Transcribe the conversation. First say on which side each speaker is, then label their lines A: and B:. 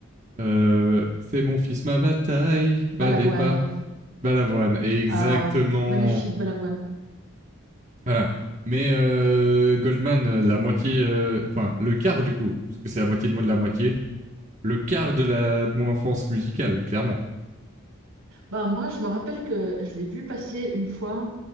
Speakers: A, on the right; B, on the right.
A: euh, c'est mon fils ma bataille,
B: Balavoine.
A: fallait pas. Balavoine, exactement.
B: Ah, magnifique, Balavoine.
A: Voilà. Mais euh, Goldman, la moitié, euh, enfin euh, le quart du coup, puisque c'est la moitié de, de la moitié, le quart de, la, de mon enfance musicale, clairement.
B: Bah, moi, je me rappelle que je l'ai vu passer une fois